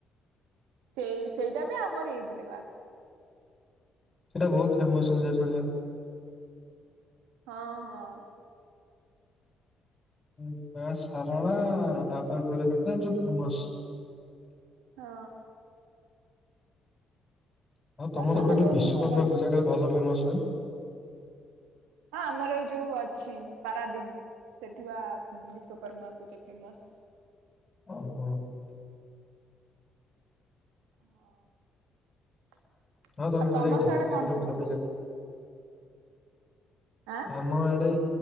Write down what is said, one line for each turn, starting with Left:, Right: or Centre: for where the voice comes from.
Right: ସେଇ ସେଇଟା ବି ଆମର ଏଇପଟେ ବା।
Left: ଏଇଟା ବହୁତ ଫେମସ ଶୁଂଜା ଶୁଣିଆ।
Right: ହଁ ହଁ।
Left: ହୁଁ ହୁଁ ମାଆ ସାରଳା ବାବା ଗୋରେଖନାଥ ଯୋଉ ଫେମସ।
Right: ହଁ।
Left: ଆଉ ତମ
Right: ସେ
Left: ସେପଟେ
Right: ବି
Left: କାଳେ
Right: ବହୁତ
Left: ବିଶ୍ଵକର୍ମା
Right: ଭଲ
Left: ପୂଜା କାଳେ ଭଲ ଫେମସ ହୁଏ।
Right: ହଁ ଆମର ଏଇ ଯୋଉ ଅଛି ପାରାଦ୍ଵୀପ। ସେଠି ବା ଉଁ ବିଶ୍ଵକର୍ମା ପୂଜା ଫେମସ।
Left: ଓହୋ।
Right: ହଁ
Left: ତମେ
Right: ଆଉ
Left: କେବେ
Right: ତମ
Left: ଯାଇଛ
Right: ସାଡେ
Left: ବିଶ୍ଵକର୍ମା
Right: କଣ ସବୁ
Left: ପୂଜା ବୁଲିବାକୁ।
Right: ଅଛି? ଆଁ
Left: ଆମ ଆଡେ